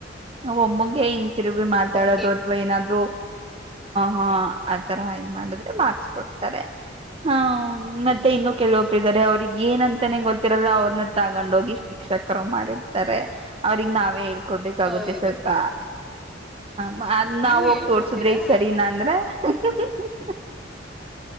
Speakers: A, on the right; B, in the centre.
A: ಹಾಯ್ ಮುಂಡೆತ್ತಿರಿ ಮಾತಾಡಾದ್ರು
B: ಬಕೆಟ್
A: ತವಾ ಏನಾದ್ರೂ ಹಾ ಆ ತರ ಇ ಮಾಡಿದ್ರೆ ಮಾರ್ಕ್ಸ್ ಕೊಡ್ತಾರೆ ಹ ಮತ್ತೆ
B: ಹ್ಮ್
A: ಇನ್ನು ಕೆಲವೊ ಕೆಲವೊಬ್ಬರು ಇದ್ದಾರೆ ಏನಂತಾನೆ ಗೊತ್ತಿರಲ್ಲ ಅವರನ್ನು ತಂದು ಶಿಕ್ಷಕರು ಮಾಡಿದ್ದಾರೆ ಅವರಿಗೆ ನಾವೇ ಹೇಳಿ ಕೊಡಬೇಕಾಗುತ್ತೆ
B: ಹೌದು
A: ಸ್ವಲ್ಪ ಅ್
B: ನೀವು
A: ನಾವ ಹೋಗಿ
B: ಹೇಳ್ಕೊಡ್ತೀರಾ
A: ತೋರ್ಸುದ್ರೆ ಇ್ ಸರಿನಾ ಅಂದ್ರ <unintelligible>